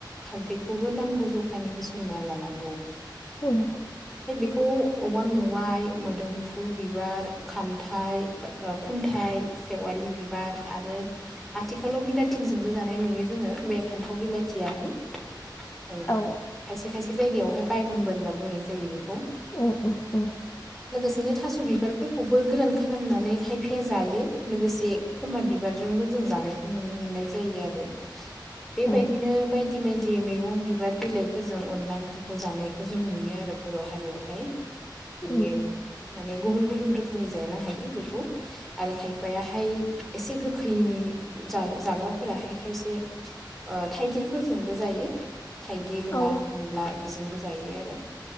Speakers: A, in the centre; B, on the left (about 35°).
A: खारदैखौबो नांगौ जखानि होसनना लानांगौ ।
B: उम।
A: बेखौ औवा मेवाइ मोदोमफुल बिबार खान्थाइ खुन्थाइ सेवालि बिबार आरो आथिखालाव बिलाइथिंजोंबो जानाय नुयो जोङो बे फान्थाव बिलाथि खाथियाहाय ओ खायसे
B: औ
A: खायसे जायगायावहाय बायगनबो होनना बुंनाय जायो बेखौ।
B: ओम ओम ओम।
A: लोगोसेनो थास' बिबारफोरखौबो गोरान खालामनानै खायफाया जायो लोगोसे खमा बिबारजोंबो जों जानायखौ नुनो मोननाय जायो आरो। बेबायदिनो
B: औ
A: बायदि बायदि मैगं बिबार बिलाइफोरजों अनला ओं ख्रिखौ जानायखौ जों नुयो आरो बर' हारियावहाय बेयो
B: उम उम
A: माने गुबुन गुबुन रोखोम रोखोमै जानो हायो बेखौ आरो खायफायाहाय एसे गोखैनि जा-जाग्रा माबाफोराहाय खायसे ओ थाइगिरफोरजोंबो जायो थाइगिर
B: औ
A: ना अनला बेजोंबो जायो आरो ।